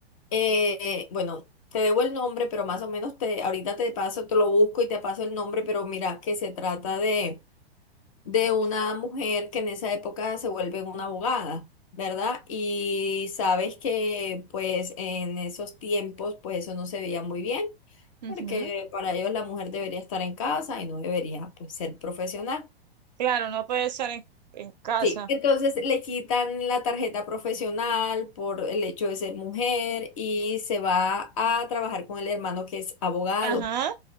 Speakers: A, on the left; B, on the right.
A: Eh, bueno, te debo el nombre, pero más o menos te, ahorita te paso, te lo busco y te paso el nombre, pero mira que se trata de de
B: ¿De
A: una
B: qué?
A: mujer que en esa época se vuelve una abogada, ¿verdad? Y sabes que pues en esos tiempos pues eso no se veía muy bien,
B: Ujú.
A: porque para ellos la mujer debería estar en casa y no debería pues ser profesional.
B: Claro, no puede estar en, en casa.
A: Sí, entonces le quitan la tarjeta profesional por el hecho de ser mujer y se va a trabajar con el hermano que es abogado.
B: Ajá.